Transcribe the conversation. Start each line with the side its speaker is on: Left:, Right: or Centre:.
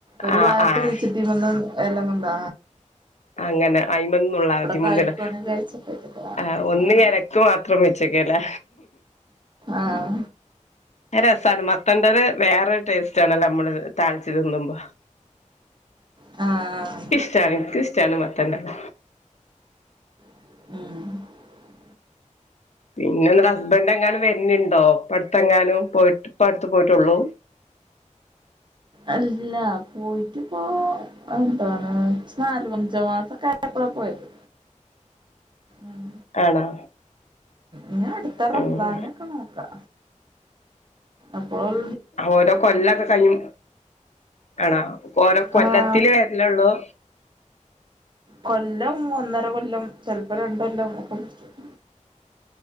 Right: ഒരു
Left: ആഹ്
Right: ഭാഗത്ത്
Left: ആഹ്
Right: കുഴിച്ചിട്ടീമന്ന് എല്ലാം നുള്ള
Left: അങ്ങനെ അയ്മന്നുള്ള അതിമന്ന്ള്ള
Right: കായ്ക്കാണെ കായ്ച്ചോട്ടെ കര്തീട്ട്
Left: ആ ഒന്ന്
Right: ആഹ്
Left: ക്ക് മാത്രം വെച്ചേക്കലെ
Right: ആഹ്.
Left: രസണ് മത്തന്റത് വേറരു ടേസ്റ്റ് ആണല്ലോ നമ്മള് താളിച്ച് തിന്നുമ്പോ.
Right: ആ, ആ.
Left: റ്റാണ് എനിക്കുംഇഷ്ടാണ് മത്തന്റത്.
Right: ഉം.
Left: പിന്നെ ന്ന്ട ഹസ്ബന്റ് എങ്ങാനും വരണ്ണ്ടോ ഇപ്പടുത്ത എങ്ങാനും പോയിട്ട് ഇപ്പ അടുത്ത് പോയിട്ടെ ഉള്ളു.
Right: അല്ല പോയിട്ടിപ്പോ എന്താണ് നാലു അഞ്ചോ മാസക്കെ ആയപ്പള പോയത്. ഉം.
Left: ആണോ?
Right: ഇനി അടുത്ത റംളനൊക്ക
Left: ഉം
Right: നോക്കാ. അപ്പോൾ
Left: ഓരോ കൊല്ലൊക്കെ കഴിഞ് ആണോ ഓരോ കൊല്ലത്തില്
Right: ആഹ്
Left: വേരലെള്ളൂ?
Right: കൊല്ലം ഒന്നര കൊല്ലം ചെൽപ്പോ രണ്ടൊല്ലം ഒക്കെ പുട്ച്ചും.